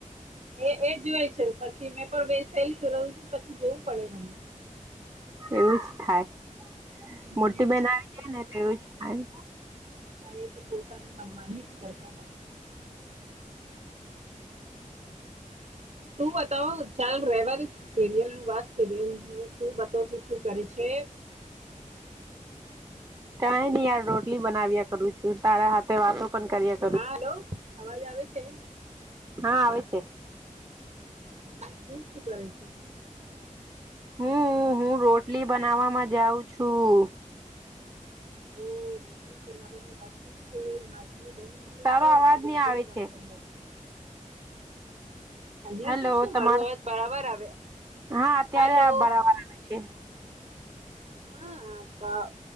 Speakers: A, on the right; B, on the right.
A: એ એ જોય છે પછી મેં પણ બે ફેલી રહું છું પછી જોવું પડે મને.
B: એવું જ થાય
A: હમ.
B: મોટી બહેન આવી જાય ને તો એવું જ થાય.
A: એ તો પોતાનું મનમાન જ કરતા ન. તું બતાવો ચાલ રહેવા સેરિયલ નું વાત સિરિયલ ને તું બતાવ. શું કરે છે.
B: કાઈ નહી યાર રોટલી બનાવ્યા કરું છું તારા સાથે વાતો પણ કરી.
A: હા હલો અવાજ આવે છે.
B: હા આવે છે
A: હ તું શું કરે છે
B: હું હું રોટલી બનાવવામાં જાઉં છું
A: તો રોટલી બનાવવાનું બાકી છે છે માછલી બની
B: તારો
A: છે
B: અવાજ
A: અને રોટલી
B: નહી આવે
A: બનાવવાની
B: છે
A: બાકી છે અહીંયા
B: હલો
A: તો શું
B: તમાર
A: મારો અવાજ બરાબર આવે
B: હા અત્યારે
A: હાલો
B: આ બરાબર આવે છે
A: હા બા